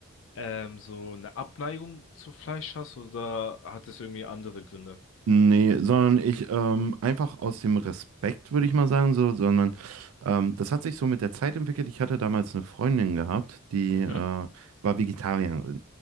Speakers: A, on the left; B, on the right.
A: ähm, so eine Abneigung zu Fleisch hast oder hat das irgendwie andere Gründe?
B: Nee, sondern ich ähm, einfach aus dem Respekt, würde ich mal sagen, so, sondern ähm, das hat sich so mit der Zeit entwickelt. Ich hatte damals eine Freundin gehabt, die
A: Mhm.
B: äh, war Vegetarierin.